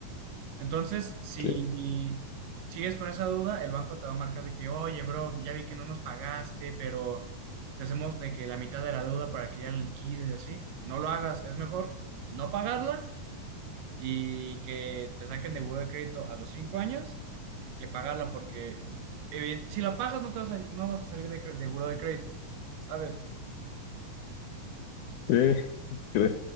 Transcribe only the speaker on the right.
Entonces, si
sigues con esa duda, el banco te va a marcar de que, oye, bro, ya vi que no nos pagaste, pero te hacemos de que la mitad de la deuda para que ya la liquides, así. No lo hagas, es mejor no pagarla y que te saquen de buró de crédito a los cinco años que pagarla, porque evi- si la pagas no te vas a, no vas a salir de, cre- de buró de crédito, ¿sabes?